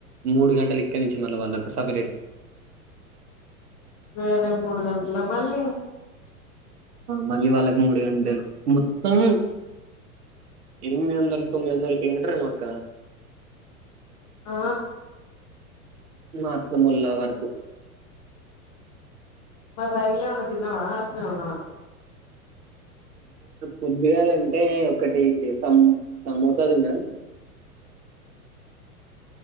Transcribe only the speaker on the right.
మూడు గంటలిక్కడ్నుంచి మళ్ళీ వాళ్ళకు సపరేట్
మళ్ళీ వాళ్ళకి మూడు గంటలు. మొత్తం ఎనిమిది వందలు, తొమ్మిది వందలు కిలోమీటర్లులేమో అక్కా
మా అత్తమ్మ వాళ్ళ వర్కు.
పొద్దిగాలంటే ఒకటి సమోసా తిన్నా.